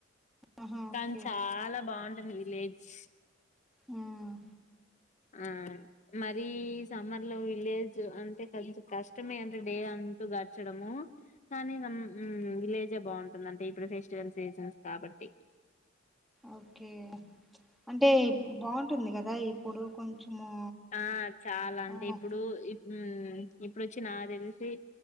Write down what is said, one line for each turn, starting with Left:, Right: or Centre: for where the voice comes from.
Centre: ఆహా
Left: కానీ
Centre: ఓకే
Left: చాలా బాగుంటది విలేజ్
Centre: ఆహ్
Left: ఆ మరి సమ్మర్లో విలేజ్ అంటే కొంచెం కష్టం అంటే డే అంటూ గచడము కానీ ము ము విలేజే బావుంటుంది అంటే ఇప్పుడు ఫెస్టి సన్సేస్ కాబట్టి
Centre: ఓకే అంటే బావుంటుందిగదా ఇప్పుడూ కొంచెము
Left: ఆ చాలా అంటే
Centre: ఆ
Left: ఇప్పుడు ఇప్న్ ఇప్పుడోచ్చి నాకు తెల్సి